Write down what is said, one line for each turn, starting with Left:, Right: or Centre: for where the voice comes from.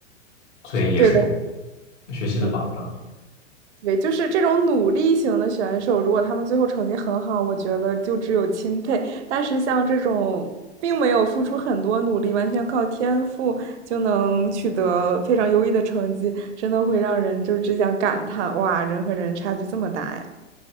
Left: 所以
Right: 对的，
Left: 学习的榜样。
Right: 嗯，对，就是这种努力型的选手，如果他们最后成绩很好，我觉得就只有钦佩。但是像这种并没有付出很多努力，完全靠天赋就能取得非常优异的成绩，真的会让人就只想感叹：哇，人和人差距这么大呀！